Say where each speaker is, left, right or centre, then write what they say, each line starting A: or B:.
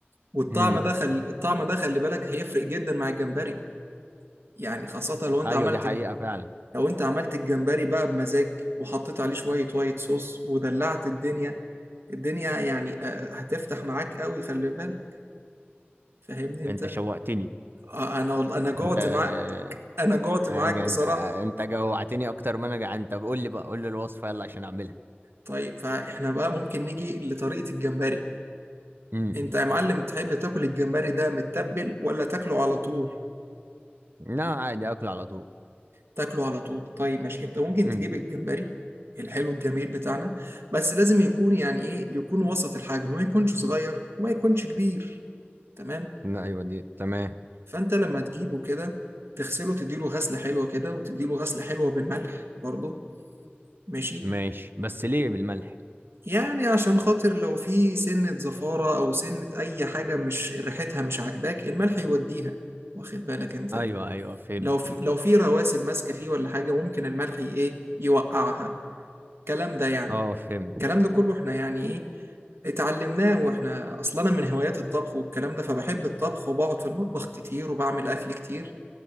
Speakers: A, on the right; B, on the right.
A: والطعم
B: امم
A: ده خل... الطعم ده خلي بالك هيفرق جدا مع الجمبري يعني خاصه لو انت
B: ايوه
A: عملت
B: دي حقيقة
A: الج-
B: فعلا
A: لو انت عملت الجمبري بقى بمزاج وحطيت عليه شويه وايت صوص ودلعت الدنيا الدنيا يعني آه، هتفتح معاك قوي خلي بالك فاهمني انت
B: انت شوقتني
A: آه، انا وال- انا جعت
B: انت آه،
A: معاك انا جعت معاك
B: أنا- انت
A: بصراحه
B: انت جوعتني اكتر ما انا جعان طب قول لي بقى قول لي الوصفة يلا عشان اعملها
A: طيب فاحنا بقى ممكن نيجي لطريقه الجمبري
B: امم
A: انت يا معلم تحب تاكل الجمبري ده متبل ولا تاكله على طول
B: لا عادي اكل على طول
A: تاكله على طول طيب ماشي انت ممكن
B: امم
A: تجيب الجمبري الحلو الجميل بتاعنا بس لازم يكون يعني ايه يكون وسط الحجم ما يكونش صغير وما يكونش كبير تمام
B: لا ايوه دي تمام
A: فانت لما تجيبه كده تغسله تديله غسلة حلوة كده وتديله غسلة حلوة بالملح برضه ماشي
B: ماشي بس ليه بالملح
A: يعني عشان خاطر لو في سنة زفارة أو سنة أي حاجة مش ريحتها مش عاجباك الملح يوديها واخد بالك أنت
B: ايوه ايوه فهمت
A: لو في لو في رواسب ماسكه فيه ولا حاجه ممكن الملح ي- ايه يوقعها الكلام ده يعني
B: اه فهمت
A: الكلام ده كله احنا يعني ايه اتعلمناه واحنا اصلا انا من هوايات الطبخ والكلام ده فبحب الطبخ وبقعد في المطبخ كتير وبعمل اكل كتير